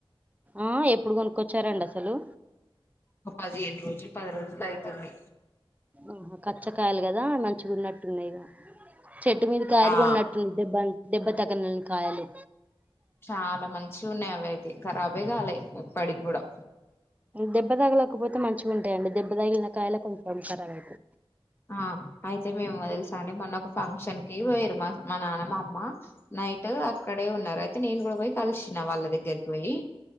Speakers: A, on the right; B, on the left.
A: ఆ ఎప్పుడు కొనుక్కొచ్చారండి అసలు
B: ఒక పదిహేను రోజులు పది రోజులు అయితుంది
A: ఆహా కచ్చకాయలు కదా మంచిగున్నట్టున్నాయి ఇగ చెట్టు మీద కాయలు
B: ఆ
A: కొనట్టు దెబ్బంత దెబ్బ తగనని కాయలు
B: చాలా మంచిగున్నాయి అవ అయితే ఖరాబే కాలే ఇప్పటికి కూడా
A: దెబ్బ తగలేకపోతే మంచిగా ఉంటాయ అండి దెబ్బ తగిలిన కాయలే కొంచెం ఖరాబ్ అవుతయి
B: ఆ అయితే మేము తెలుసా అండి మొన్న ఒక ఫంక్షన్ కి పోయిరు మా మా నాన్నమా అమ్మ నైట్ అక్కడే ఉన్నారు అయితే నేను కూడా పోయి కలిసిన వాళ్ళ దగ్గర పోయి